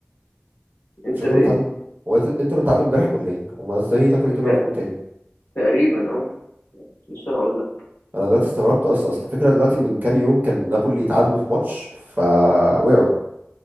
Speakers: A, on the left (about 75°); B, on the right (about 40°).
A: إنتر
B: شكلهم
A: إيه؟
B: اتعادلوا هو إنت- انتر اتعادلوا امبارح ولا ايه هما ازاي نابولي طلعوا
A: ت-
B: فوق تاني
A: تقريبا اه لسه هقول
B: انا دلوقتي استغربت اصلا اصل الفكره دلوقتي من كام يوم كان نابولي اتعادلوا في ماتش فوقعوا